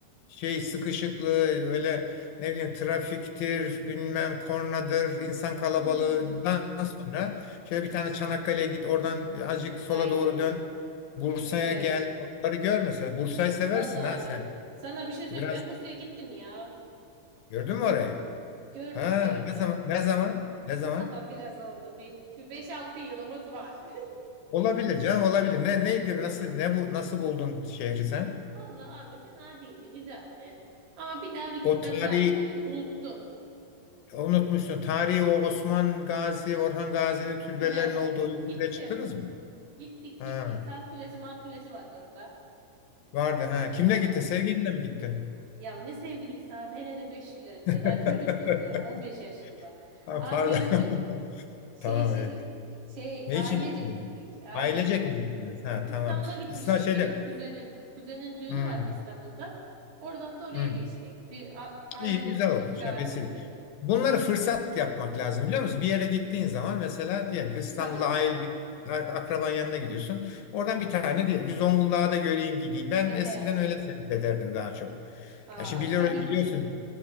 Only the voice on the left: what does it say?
şey sıkışıklığı öyle ne bileyim trafiktir bilmem kornadır insan kalabalığından
sonra şöyle bir tane Çanakkale'ye git oradan azıcık sola
doğru dön Bursa'ya
gel
oraları gör mesela Bursa'yı seversin
ha
sen
biraz
gördün mü orayı
ha
ne zaman ne zaman
ne zaman
olabilir canım olabilir ne neydi nasıl ne bu nasıl buldun şehri sen
o tarihi
unutmuşsun tarihi o Osman Gazi Orhan Gazi'nin türbelerinin
olduğu yukarıya
çıktınız mı?
Ha.
Vardı ha.
Kimle
gittin? Sevgilinle mi gittin?
<laughs>
Ha,
pardon.
<laughs>
Tamam.
iyi.
Ne
için gittin?
Ailecek mi gittiniz? Ha tamam.
İsna şeyde.
Hmm,
hmm.
İyi
güzel olmuş.
Ha, vesile.
Bunları fırsat yapmak lazım biliyor musun? Bir yere gittiğin zaman mesela diyelim ki İstanbul'a
aile
bir akraban yanına gidiyorsun. Oradan bir tane diyelim ki Zonguldak'a da göreyim gideyim. Ben
eskiden
öyle seyahat ederdim daha çok.
Ya şimdi biliyor,
biliyorsun